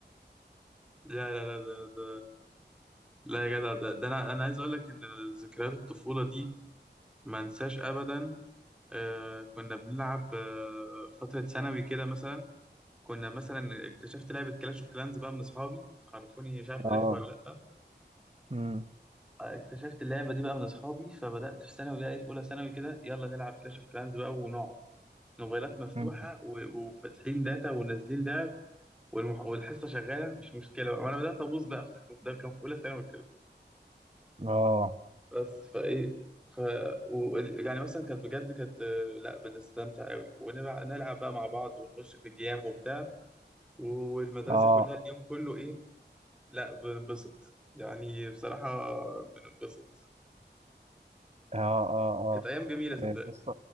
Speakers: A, in the centre; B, on the right (about 35°).
A: لا لا لا ده ده لا يا جدع ده, ده انا انا عايز اقول لك ان ذكريات الطفوله دي ما انساش ابدا آه كنا بنلعب آه فتره ثانوي كده مثلا كنا مثلا اكتشفت لعبه كلاش اوف كلانز بقى من اصحابي عرفوني مش عارف عارفها
B: اه
A: ولا لا
B: امم
A: آه، اكتشفت اللعبه دي بقى من اصحابي فبدات في ثانوي بقى إيه، في اولى ثانوي كده يلا نلعب كلاش اوف كلانز بقى ونقعد موبايلات مفتوحه
B: أمم.
A: و- وفاتحين داتا ونازلين لعب والمح- والحصه شغاله مش مشكله وانا بدات ابوظ بقى في- ده كان في اولى ثانوي
B: اه
A: بس فايه ف و... يعني مثلا كانت بجد كانت آه، لا بنستمتع قوي ونلعب نلعب بقى مع بعض ونخش في الجيام وبتاع والمدرسة
B: اه
A: كلها اليوم كله ايه لا بننبسط يعني بصراحة بننبسط
B: اه اه
A: كانت أيام جميلة صدقني
B: اه بص